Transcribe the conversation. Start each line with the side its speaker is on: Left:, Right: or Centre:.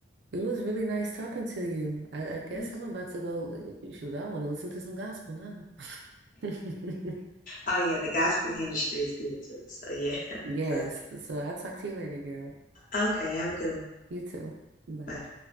Right: was really nice talking to you. I,
Left: <laughs>
Right: I guess
Left: oh
Right: I'm about to go, eh, shoot, I want to listen to some gospel now. <laughs>
Left: yeah, the gospel industry is good too. So yeah. <laughs>
Right: Yes.
Left: But,
Right: So I'll talk to you later, girl.
Left: okay, have a good one.
Right: You too. Bye.
Left: Bye.